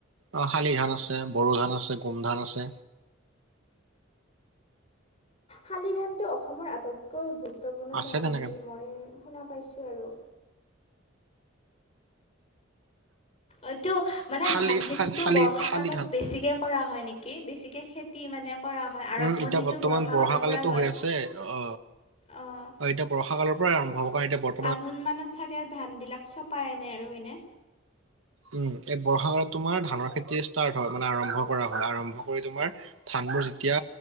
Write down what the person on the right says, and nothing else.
অ' শালি ধান আছে, বড়ো ধান আছে, গোমধান আছে।
আছে
তেনেকে
শালি
শালি
শালি ধান
উম এতিয়া বৰ্তমান
বৰষা কালেতো
হৈ আছে অ
অ' এতিয়া বৰ্ষা কালৰ পৰাই আৰম্ভ হ'ব কাৰণ এতিয়া বৰ্ত
উ'ম এই বৰ্ষা কালত তোমাৰ ধানৰ খেতিয়েই ষ্টাৰ্ট হয় মানে আৰম্ভ কৰা হয়, আৰম্ভ কৰি তোমাৰ ধানবোৰ যেতিয়া